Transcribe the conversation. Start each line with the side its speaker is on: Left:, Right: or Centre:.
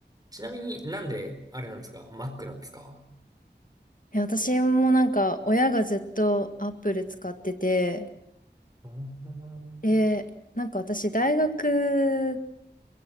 Right: ちなみになんであれなんですか ?Mac なんですか
Left: え、私もなんか親がずっと Apple 使ってて、
Right: あー
Left: で、なんか私大学